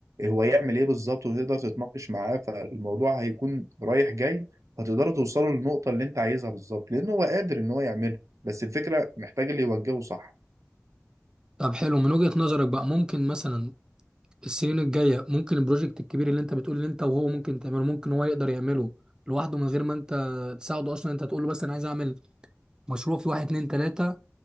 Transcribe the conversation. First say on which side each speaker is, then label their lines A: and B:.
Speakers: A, on the right; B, on the right.
A: هو يعمل ايه بالظبط وتقدر تتناقش معاه فالموضوع هيكون رايح جاي هتقدروا توصلوا للنقطه اللي انت عايزها بالظبط لان هو قادر ان هو يعملها بس الفكره محتاج اللي يوجهه صح
B: طب حلو من وجهة نظرك بقى ممكن مثلا السنين الجاية ممكن البروجكت الكبير اللي انت بتقول اللي انت وهو ممكن تعمله ممكن هو يقدر يعمله لوحده من غير ما انت تساعده اصلا انت تقول له بس انا عايز اعمل مشروع في واحد اتنين تلاتة